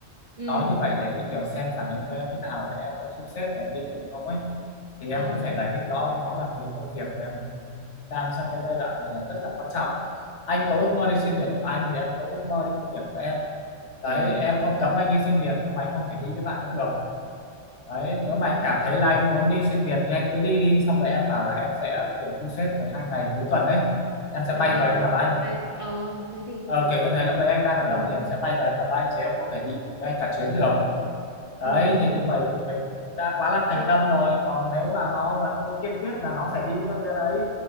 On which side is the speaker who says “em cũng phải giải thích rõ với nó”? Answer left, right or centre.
Left